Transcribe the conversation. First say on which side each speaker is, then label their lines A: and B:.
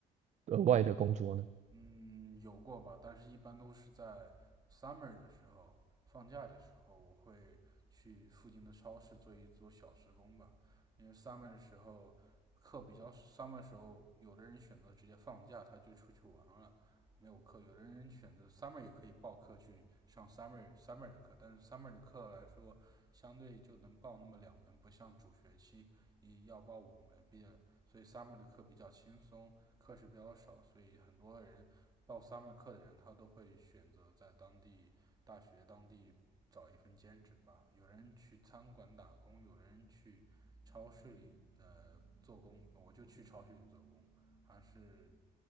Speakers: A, on the right (about 45°); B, on the right (about 25°).
A: 额外的工作呢？
B: 嗯，有过吧，但是一般都是在 summer 的时候，放假的时候，我会去附近的超市做一做小时工吧。因为 summer 的时候课比较，summer 的时候，有的人选择直接放假，他就出去玩了，没有课；有的人选择 summer 也可以报课去上 summer summer 的课，但是 summer 的课来说，相对就能报那么两门，不像主学期一要报五门，毕业，所以 summer 的课比较轻松。课时比较少，所以很多人报 summer 课的人，他都会选择在当地大学当地找一份兼职吧。有人去餐馆打工，有的人去超市里呃做工，我就去超市里做工，还是